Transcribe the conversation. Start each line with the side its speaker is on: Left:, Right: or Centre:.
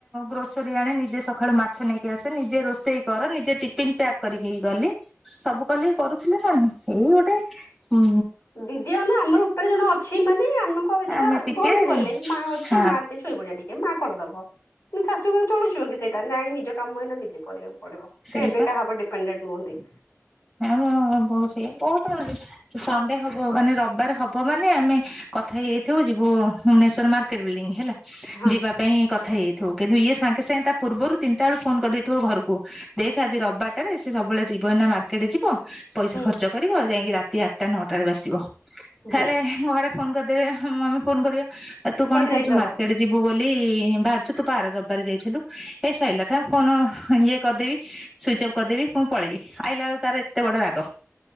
Centre: ଗ୍ରୋସରୀ ଆଣେ ନିଜେ ସଖାଳୁ ମାଛ ନେଇକି ଆସେ ନିଜେ ରୋଷେଇ କର ନିଜେ ଟିଫିିନ ପ୍ୟାକ୍ କରିକି ଗଲି। ସବୁ କଲି କରୁଥିଲି ନା ଏଇ ଗୋଟେ ଉ
Left: ଦିଦି ଅନା ଆମର ଉପରେ ଜଣେ ଅଛି ମାନେ ଆମେ <unintelligible>
Centre: ଆମେ ଟିକେ
Left: ଘରକୁ ଗଲେ ମା ଅଛି
Centre: ହଁ
Left: ମା ସୋଇପଡ଼ିଆ ଟିକେ ମା କରିଦବ କିନ୍ତୁ ଶାଶୁ ଘରେ ଚଳୁଛି କି ସେଇଟା ନାଇଁ ନିଜ କାମ ଏଇନା ନିଜେ କରିବାକୁ ପଡ଼ିବ
Centre: ସେଇପା
Left: କେବେ କାହା ଉପରେ ଡିପେଡେଣ୍ଟ ନୁହନ୍ତି।
Centre: <unintelligible> ସଣ୍ଡେ ହବ ମାନେ ରବିବାର ହବ ମାନେ ଆମେ କଥା ହେଇଯାଇଥିବୁ ଯିବୁ ଭୁବନେଶ୍ଵର ମାର୍କ ର୍କେଟ ବିଲଡିଂ ହେଲା
Left: ହଁ
Centre: ଯିବା ପାଇଁ କଥା ହେଇ ଯାଇଥିବୁ କିନ୍ତୁ ଇଏ ସାଙ୍ଗେ ସାଙ୍ଗେ ତା ପୂର୍ବରୁ ତିନିଟା ବେଳୁ ଫୋନ କରିଦେଇଥିବ ଘରକୁ। ଦେଖ ଆଜି ରବିବାରଟାରେ ସେ ସବୁବେଳେ ତ୍ରିବ ଏଇନା ମାର୍କେଟ ଯିବ। ପଇସା
Left: ହୁଁ
Centre: ଖର୍ଚ୍ଚ କରିବ ଯାଇକି ରାତି ଆଠଟା ନଅଟା ବେଳକୁ ଆସିବ
Left: ଯା
Centre: ଆରେ ଘରେ ଫୋନ କରିଦେବେ ମମି ଫୋନ କରିବ ଆ ତୁ
Left: କୁଆଡେ
Centre: କଣ କହୁଛୁ
Left: ଯାଇଛ?
Centre: ମର୍କେଟ ଯିବୁ ବୋଲି ବାହାରୁଛୁ ତୁପା ଆର ରବିବାର ଯାଇଥିଲୁ ଏଇ ସଇଲା <unintelligible> ଇଏ କରିଦେବି ସୁଇଚ ଅଫ୍ କରିଦେବି ମୁଁ ପଳେଇବି ଆଇଲା ବେଳକୁ ତାର ଏତେ ବଡ଼ ରାଗ।